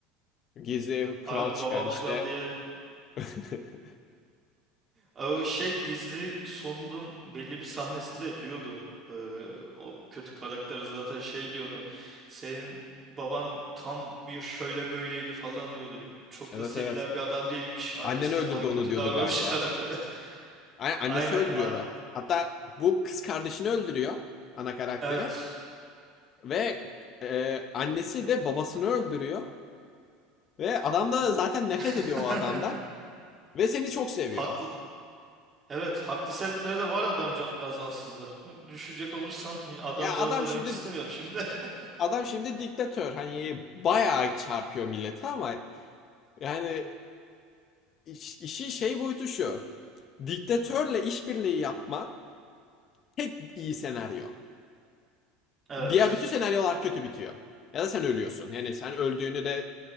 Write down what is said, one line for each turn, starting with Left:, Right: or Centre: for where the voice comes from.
Left: Gizli kral
Right: abi
Left: çıkar
Right: babam
Left: işte.
Right: kral diye
Left: <laughs>
Right: O şey gizli sonunun belli bir sahnesinde diyordu. e, o kötü karakter zaten şey diyordu. Senin baban tam bir şöyle böyleydi falan diyordu. Çok
Left: Evet
Right: da sevilen
Left: evet.
Right: bir adam değilmiş annesine
Left: Annen öldürdü
Right: falan
Left: onu
Right: kötü
Left: diyordu
Right: davranmış
Left: galiba.
Right: karakter. <laughs>
Left: A- Annesi
Right: Aynen
Left: öldürüyor
Right: an-
Left: onu. Hatta bu kız kardeşini öldürüyor ana karakterin
Right: evet.
Left: ve e, annesi de babasını öldürüyor. Ve adam da zaten nefret
Right: <laughs>
Left: ediyor o adamda. Ve seni çok seviyor.
Right: Haklı Evet, haklı sebepleri de var adamcağız aslında. Düşünecek olursan adamcağız
Left: Ya adam
Right: da
Left: şimdi
Right: demek istemiyorum şimdi. <laughs>
Left: adam şimdi diktatör. Hani bayağı çarpıyor millete ama yani iş- işi şey boyutu şu. Diktatörle işbirliği yapma tek iyi senaryo.
Right: Evet.
Left: Diğer bütün senaryolar kötü bitiyor. Ya da sen ölüyorsun. Yani sen öldüğünü de